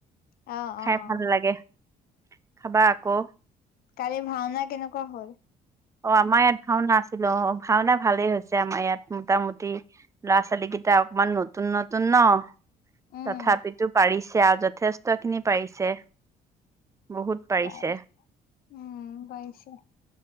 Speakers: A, on the left; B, on the right.
A: অ',
B: খাই
A: অ',
B: ভাল লাগে। খাবা আকৌ।
A: কালিৰ ভাওনা কেনেকুৱা হ'ল।
B: অ আমাৰ ইয়াত ভাওনা আছিলো অ ভাওনা ভালেই হৈছে, আমাৰ ইয়াত মোটামুটি ল'ৰা ছোৱালী কেইটা অকমান নতুন-নতুন ন
A: উম,
B: তথাপিতো পাৰিছে আৰু যথেষ্ট খিনি পাৰিছে। বহুত পাৰিছে
A: ব উম পাৰিছে।